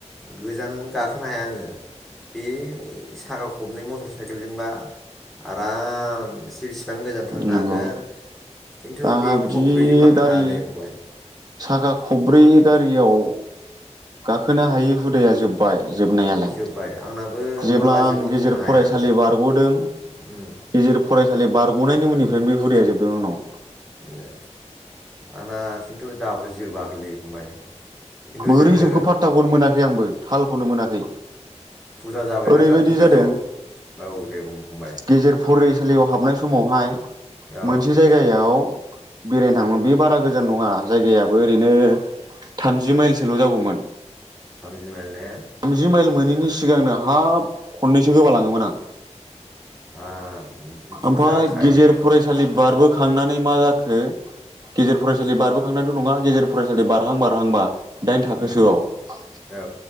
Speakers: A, in the centre; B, on the right.
A: गोजान गाखोनो हाया आङो बे साखा खबनै मटर साइकेलजोंबा आराम से बेसेबां गोजान थांनो
B: नंगौ
A: हागोन खिन्थु
B: आंहा
A: बे
B: बिदि
A: खब्रैजोंबा
B: गारि
A: हायालै फंबाय
B: साखा खब्रै गारियाव गाखोनो हायि हुदाया जोब्बाय जोबनायालाय
A: जोब्बाय आंनाबो
B: जेब्ला
A: माला
B: आं
A: जोबगोन
B: गेजेर
A: बुंनो हाया
B: फरायसालि बारग'दों
A: उम
B: गेजेर फरायसालि बारग'नायनि उननिफ्रायनो बे हुदाया जोबदों आंनाव।
A: ए आंना खिन्थु दाबो जोबाखैलै फंबाय खिन्थु
B: बोरै
A: जोङो
B: जोबखौ फाथथाखौनो मोनाखै आंबो थालखौनो मोनाखै।
A: फुजा जाबायना
B: ओरैबायदि
A: नोंनाथ'
B: जादों
A: औ दे बुं फंबाय
B: गेजेर फरायसालियाव हाबनाय समावहाय
A: औ
B: मोनसे जायगायाव बेरायनो थाङोमोन बे बारा गोजान नङा जायगायाबो ओरैनो थामजि माइलसोल' जागौमोन
A: थामजि माइल ने
B: जि माइल मोनैनि सिगांनो हाब खननैसो गोबा लाङोमोन आं
A: <unintelligible>
B: ओमफ्राय
A: जाखायो
B: गेजेर फरायसालि
A: गाखोन
B: बारबोखा थांनानै मा जाखो गेजेर फरायसालि बारबोखांनैथ' नङा गेजेर फरायसालि बारहां बारहांबा दाइन थाखोसोआव
A: उम औ